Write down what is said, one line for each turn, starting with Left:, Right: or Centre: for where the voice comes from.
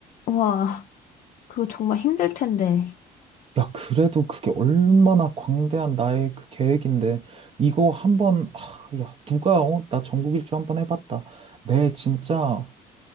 Left: 와, 그거 정말 힘들 텐데.
Right: 야, 그래도 그게 얼마나 광대한 나의 그 계획인데 이거 한번 아, 야, 누가 어, 나 전국 일주 한번 해봤다. 내 진짜